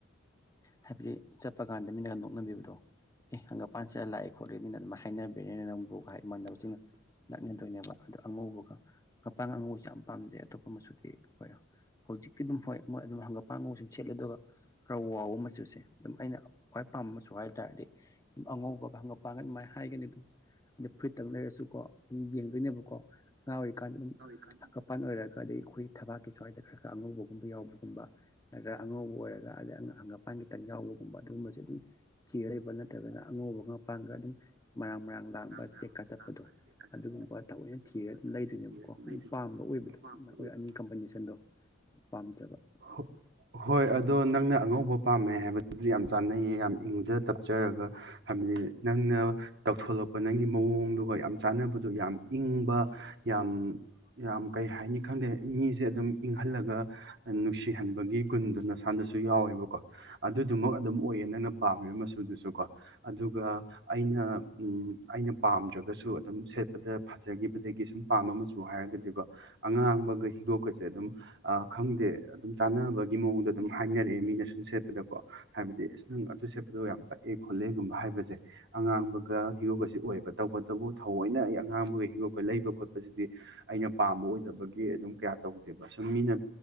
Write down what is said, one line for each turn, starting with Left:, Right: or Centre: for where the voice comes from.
Left: ꯍꯥꯏꯕꯗꯤ ꯆꯠꯄ ꯀꯥꯟꯗ ꯃꯤꯅꯒ ꯅꯣꯛꯅꯕꯤꯕꯗꯣ ꯑꯦ ꯍꯪꯒ ꯄꯥꯟꯁꯤꯂ ꯂꯥꯛꯑꯦ ꯈꯣꯠꯂꯤꯕꯅꯤꯅ ꯑꯗꯨꯝ ꯍꯥꯏꯅꯕꯤ꯭ꯔꯅꯤꯅ ꯅꯪꯕꯨꯒ ꯍꯥꯏ ꯃꯥꯟꯅꯕꯁꯤꯡꯅ ꯅꯛꯅꯗꯣꯏꯅꯦꯕ ꯑꯗꯣ ꯑꯉꯧꯕꯒ ꯀꯄ ꯉꯉꯧꯕꯁꯦ ꯌꯥꯝ ꯄꯥꯝꯖꯩ ꯑꯇꯣꯞꯄ ꯃꯆꯨꯗꯤ ꯑꯩꯈꯣꯏ ꯍꯧꯖꯤꯛꯇꯤ ꯑꯗꯨꯝ ꯍꯣꯏ ꯃꯣꯏ ꯑꯗꯨꯝ ꯍꯪꯒꯞ ꯄꯥꯡꯒ ꯁꯨꯝ ꯁꯦꯠꯂꯦ ꯑꯗꯨꯒ ꯈꯔ ꯋꯥꯕ ꯃꯆꯨꯁꯦ ꯑꯗꯨꯝ ꯑꯩꯅ ꯈ꯭ꯋꯥꯏ ꯄꯥꯝꯝꯕꯁꯨ ꯍꯥꯏ ꯇꯥꯔꯗꯤ ꯑꯗꯨ ꯑꯉꯧꯕꯒ ꯍꯪꯒꯄꯥꯡꯒ ꯑꯗꯨꯃꯥꯏꯅ ꯍꯥꯏꯒꯅꯤ ꯑꯗꯨꯝ ꯑ ꯐꯨꯔꯤꯠꯇ ꯑꯃ ꯂꯩꯔꯁꯨꯀꯣ ꯑꯗꯨꯝ ꯌꯦꯡꯗꯣꯏꯅꯦꯕꯀꯣ ꯑꯉꯥꯡ ꯑꯣꯏꯔꯤꯀꯥꯟꯗ ꯑꯗꯨꯝ
Right: ꯀ
Left: ꯃꯄꯥꯟꯜ ꯑꯣꯏꯔꯒ ꯑꯗ ꯑꯩꯈꯣꯏ ꯊꯕꯛꯀꯤ ꯁ꯭ꯋꯥꯏꯗ ꯈꯔ ꯈꯔ ꯑꯉꯧꯕꯒꯨꯝꯕ ꯌꯥꯎꯕ ꯅꯠꯇ꯭ꯔꯒ ꯑꯉꯧꯕ ꯑꯣꯏꯔꯒ ꯑꯗꯩ ꯑꯄꯥꯟ ꯈꯤꯇꯪ ꯌꯥꯎꯕꯒꯨꯝꯕ ꯑꯗꯨꯒꯨꯝꯕꯁꯦ ꯑꯗꯨꯝ ꯊꯤꯔ ꯂꯩꯕ ꯅꯠꯇ꯭ꯔꯒꯅ ꯑꯉꯧꯕ ꯉꯥꯛꯄꯥꯡꯒ ꯑꯗꯨꯝ ꯃꯔꯥꯡ ꯃꯔꯥꯡ ꯂꯥꯡꯕ
Right: ꯃꯔꯥꯡ
Left: ꯆꯦꯛꯀ ꯆꯠꯄꯗꯣ
Right: ꯂꯥꯛꯄ ꯆꯦꯛꯀ ꯆꯠꯄꯗꯣ
Left: ꯑꯗꯨꯒꯨꯝꯕ ꯇꯑꯣꯏꯅ
Right: ꯑꯗꯨꯒꯨꯝꯕ
Left: ꯊꯤꯔꯒ ꯑꯗꯨꯝ
Right: ꯇꯧ
Left: ꯂꯩꯗꯣꯏꯅꯦꯕꯀꯣ ꯑꯗꯨꯝ
Right: ꯂꯩꯗꯅ
Left: ꯄꯥꯝꯕ ꯑꯣꯏꯕ
Right: ꯄꯥꯝꯕ ꯑꯣꯏꯕꯗꯣ
Left: ꯑꯅꯤ ꯀꯝꯕꯤꯅꯦꯁꯟꯗꯣ ꯌꯥꯝ ꯄꯥꯝꯖꯕ
Right: ꯑ ꯍꯣꯏ ꯑꯗꯣ ꯅꯪꯅ ꯑꯉꯧꯕ ꯄꯥꯝꯃꯦ ꯍꯥꯏꯕꯗꯨꯗꯤ ꯌꯥꯝ ꯆꯥꯟꯅꯩꯌꯦ ꯌꯥꯝ ꯏꯪꯖ ꯇꯞꯆꯔꯒ ꯅꯪꯅ ꯇꯧꯊꯣꯂꯛꯄ ꯅꯪꯒꯤ ꯃꯑꯣꯡꯗꯨꯒ ꯌꯥꯝ ꯆꯥꯟꯅꯕꯗꯨ ꯌꯥꯝ ꯏꯪꯕ ꯌꯥꯝ ꯌꯥꯝ ꯀꯩ ꯍꯥꯏꯅꯤ ꯈꯪꯗꯦ ꯃꯤꯁꯦ ꯑꯗꯨꯝ ꯏꯪꯍꯜꯂꯒ ꯅꯨꯡꯁꯤꯍꯟꯕꯒꯤ ꯒꯨꯟꯗꯨ ꯅꯁꯥꯟꯗꯁꯨ ꯌꯥꯎꯋꯦꯕꯀꯣ ꯑꯗꯨꯗꯨꯃꯛ ꯑꯗꯨꯝ ꯑꯣꯏꯌꯦ ꯅꯪꯅ ꯄꯥꯝꯃꯤꯕ ꯃꯆꯨꯗꯨꯁꯨ ꯀꯣ ꯑꯗꯨꯒ ꯑꯩꯅ ꯑꯩꯅ ꯄꯥꯝꯗ꯭ꯔꯒꯁꯨ ꯑꯗꯨꯝ ꯁꯦꯠꯄꯗ ꯐꯖꯈꯤꯕꯗꯒꯤ ꯁꯨꯝ ꯄꯥꯝꯕ ꯑꯃꯁꯨ ꯍꯥꯏꯔꯒꯗꯤꯀꯣ ꯑꯉꯥꯡꯕꯒ ꯍꯤꯗꯣꯛꯀꯁꯦ ꯑꯗꯨꯝ ꯑ ꯈꯪꯗꯦ ꯑꯗꯨꯝ ꯆꯥꯟꯅꯕꯒꯤ ꯃꯑꯣꯡꯗ ꯑꯗꯨꯝ ꯍꯥꯏꯅꯔꯛꯑꯦ ꯃꯤꯅ ꯁꯨꯝ ꯁꯦꯠꯄꯗꯀꯣ ꯍꯥꯏꯕꯗꯤ ꯑꯁ ꯅꯪ ꯑꯗꯨ ꯁꯦꯠꯄꯗꯣ ꯌꯥꯝ ꯄꯛꯑꯦ ꯈꯣꯠꯂꯦꯒꯨꯝꯕ ꯍꯥꯏꯕꯁꯦ ꯑꯉꯥꯡꯕꯒ ꯍꯤꯔꯣꯒꯁꯤ ꯑꯣꯏꯑꯕ ꯇꯧꯕꯇꯕꯨ ꯊꯑꯣꯏꯅ ꯑꯩ ꯑꯉꯥꯡꯕꯒ ꯍꯤꯔꯣꯛꯒ ꯂꯩꯕ ꯈꯣꯠꯄ ꯁꯤꯗꯤ ꯑꯩꯅ ꯄꯥꯝꯕ ꯑꯣꯏꯗꯕꯒꯤ ꯑꯗꯨꯝ ꯀꯌꯥ ꯇꯧꯗꯦꯕ ꯁꯨꯝ ꯃꯤꯅ